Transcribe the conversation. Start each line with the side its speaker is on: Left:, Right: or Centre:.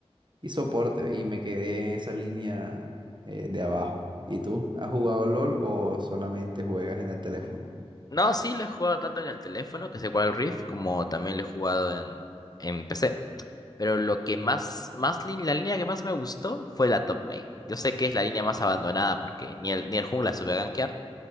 Right: y soporte, y me quedé en esa línea eh, de abajo. ¿Y tú? ¿Has jugado LOL o solamente juegas en el teléfono?
Left: No, sí, lo he jugado tanto en el teléfono, que es igual al Rift, como también lo he jugado en, en PC. Pero lo que más, más lin- la línea que más me gustó fue la top lane. Yo sé que es la línea más abandonada porque ni el, ni el jungla sube a gankear,